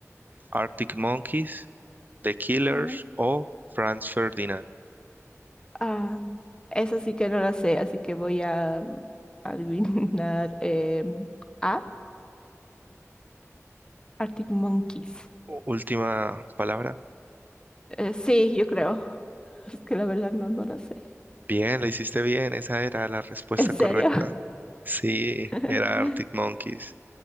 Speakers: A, on the right; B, on the left.
A: Arctic Monkeys, The Killers
B: ajá.
A: o Franz Ferdinand.
B: Ah, esa sí que no la sé, así que voy a mm, adivinar. em, a Arctic Monkeys.
A: U- Última palabra.
B: Eh, sí, yo creo. Es que la verdad no, no la sé.
A: Bien, la hiciste bien, esa era la respuesta
B: ¿En
A: correcta.
B: serio?
A: Sí,
B: <laughs>
A: era Arctic Monkeys.